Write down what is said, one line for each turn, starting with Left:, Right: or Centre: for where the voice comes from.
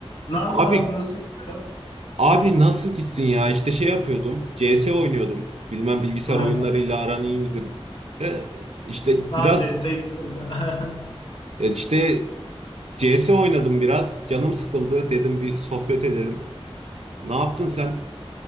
Left: Ne haber
Right: Abi
Left: abi nasıl gidiyor?
Right: abi nasıl gitsin ya? İşte şey yapıyordum. CS oynuyordum. Bilmem bilgisayar
Left: Aynen.
Right: oyunlarıyla aran iyi midir? De, işte
Left: Daha
Right: biraz
Left: CS'yi bitirdi. <laughs>
Right: ya işte CS oynadım biraz. Canım sıkıldı. Dedim bir sohbet edelim. Ne yaptın sen?